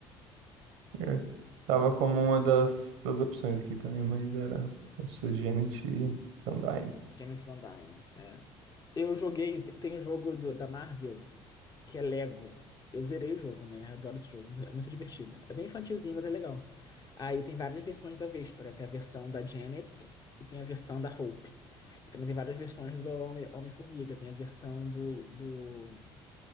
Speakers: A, on the right (about 80°); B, on the left (about 30°).
A: certo. Tava
B: Lila,
A: como uma das, das opções aqui também, mas era essa Janet Sandine.
B: Janet Van Dyne. É. Eu joguei, te- tem o jogo do- da Marvel, que é Lego. Eu zerei o jogo, né? Adoro esse jogo, é muito divertido. É bem infantilzinho, mas é legal. Aí tem várias versões da Véspera. Tem a versão da Janet e tem a versão da Hope. E também tem várias versões do Homem- Homem-Formiga. tem a versão do, do...